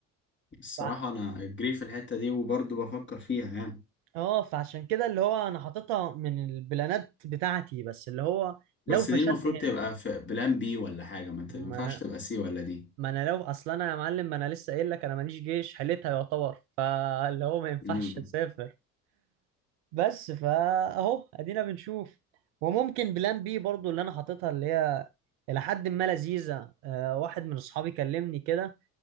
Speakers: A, on the left; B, on the right.
A: الصراحة
B: فع-
A: انا جري في الحتة دي وبرضه بفكر فيها يعني
B: اه فعشان كده اللي هو انا حاططها من البلانات بتاعتي بس اللي هو
A: بس
B: لو فشلت
A: دي المفروض تبقى
B: هنا
A: في بلان بي ولا حاجة ما تنفعش
B: ما انا
A: تبقى سي ولا دي
B: ما انا لو اصلا انا يا معلم ما انا لسه قايل لك انا ماليش جيش حليتها يعتبر فاللي هو ما ينفعش
A: امم
B: اسافر بس فاهو ادينا بنشوف وممكن بلان بي برضو اللي انا حاططها اللي هي الى حد ما لذيذه آه واحد من اصحابي كلمني كده